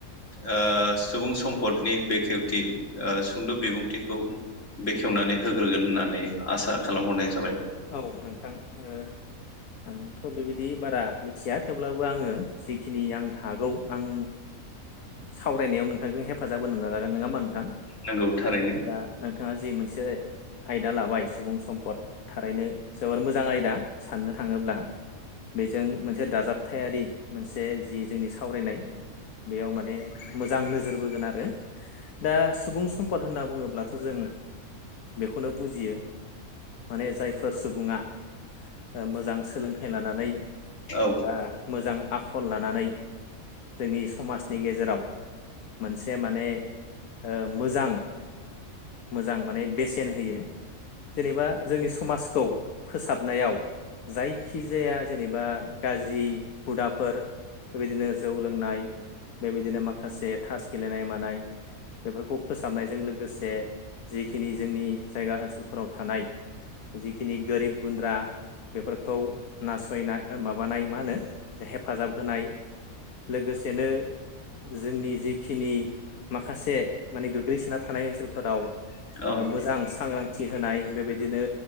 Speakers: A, on the left; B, on the left.
A: ओ सुबुं सम पडनि बेखेवथि ओ सुंद' बिबुंथिखौ बेखेवनानै होग्रोगोन होनना नै आसा खालामहरनाय जाबाय।
B: औ नोंथां ओ आंथ' बेबायदि बारा मिथिया थेवब्लाबो आङो जिखिनि आं हागौ। आं सावरायनायाव नोंथांजों हेफाजाब होनो नाजागोन नोङा होमबा नोंथां
A: नंगौ थारैनो
B: दा नोंथाङा जि मोनसे आयदा लाबाय सुबुं सम्पद थारैनो जोबोर मोजां आयदा साननो थाङोब्ला। बेजों मोनसे दाजाबथायारि मोनसे जि जोंनि सावरायनाय बेयाव माने मोजां नोजोर बोगोन आरो। दा सुबुं सम्पद होनना बुङोब्लाथ' जों बेखौनो बुजियो। माने जायफोर सुबुङा ओ मोजां सोलोंथाइ लानानै
A: औ
B: बा मोजां आखल लानानै जोंनि समाजनि गेजेराव मोनसे माने ओ मोजां मोजां माने बेसेन होयो जेनेबा जोंनि समाजखौ फोसाबनायाव जायखिजाया जेनेबा गाज्रि हुदाफोर बेबायदिनो जौ लोंनाय बेबायदिनो माखासे थास गेलेनाय मानाय बेफोरखौ फोसाबनायजों लोगोसे जिखिनि जोंनि जायगा ओनसोलफोराव थानाय जिखिनि गोरिब गुन्द्रा बेफोरखौ नासयनाय माबानाय मा होनो हेफाजाब होनाय लोगोसेनो जोंनि जिखिनि माखासे माने गोग्लैसोना थानाय ओनसोलफोराव ओ
A: औ
B: मोजां सांग्रांथि होनाय बेबायदिनो